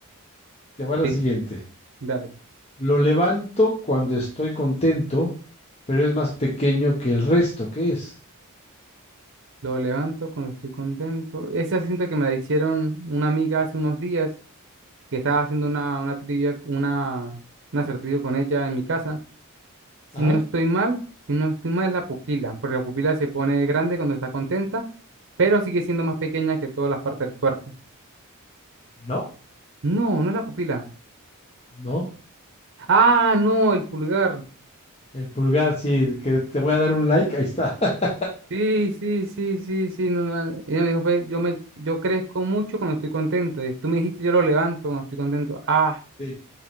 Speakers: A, on the left; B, on the right.
A: te va la
B: Sí,
A: siguiente.
B: dale.
A: Lo levanto cuando estoy contento, pero es más pequeño que el resto. ¿Qué es?
B: Lo levanto cuando estoy contento. Esa siento que me la hicieron una amiga hace unos días que estaba haciendo una, una trivia, una, un acertijo con ella en mi casa. Si
A: Ah,
B: no estoy mal, si no estoy mal es la pupila, porque la pupila se pone grande cuando está contenta, pero sigue siendo más pequeña que todas las partes del cuerpo.
A: no,
B: No, no es la pupila.
A: no.
B: Ah, no, el pulgar.
A: El pulgar, sí, que te voy a dar un like, ahí está. <laughs>
B: Sí, sí, sí, sí, sí. no, no, no. Ella me dijo, fue, yo me, yo crezco mucho cuando estoy contento. y Tú me dijiste, yo lo levanto cuando estoy contento. Ah,
A: Sí.